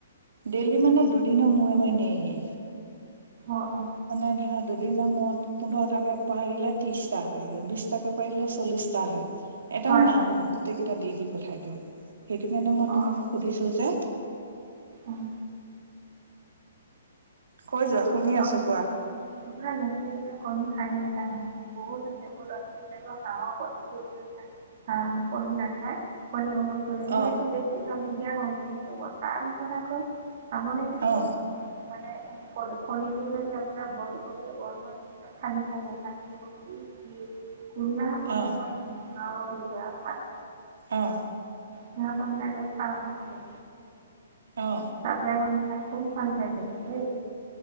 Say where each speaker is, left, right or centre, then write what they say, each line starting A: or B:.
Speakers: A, on the right; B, on the right.
A: ডেইলি মানে দুদিনৰ মূৰে মূৰে নিয়েহি।
B: অ অ।
A: মানে ধৰা দুদিনৰ মৰত পোন্ধৰ টাকে পাৰিলে ত্ৰিশটা হয়, বিশটাকে পাৰিলে চল্লিশ। টা হয়। এটাও
B: হয়
A: না
B: হয়
A: আহো গোটেই কেইটা দি দি পঠাই দিওঁ, সেইটো কাৰণে মই
B: অঁ
A: তোমাক সুধিছো যে।
B: অঁ
A: কৈ যোৱা শুনি আছো
B: অক,
A: কোৱা
B: পুৰা লক্ষ্মী কণী পাৰে ইকানে বহুত লক্ষ্মীকেই। টোৰ হাঁহৰ কণী টো, অহ অহ কণী নাখায়, কণী। কলেও ৱেষ্টো
A: অ
B: বেছি হালধীয়া হল হেতেন, তাৰ পিছত আকৌ। আপুনি যদি
A: অ
B: মানে কলে। কণীটো যদি আপোনাৰ বইল কৰিলে বইল কৰি খানদি চাব। কোলা কণী
A: অ
B: মই নেখাও বুলি কয় আও ভাত।
A: অঁ।
B: সিহঁতক লাগে ফ্ৰামৰ কণী,
A: অ
B: চাপ্লাই কণী। খাই খুব ভাল পাইছিল দেই।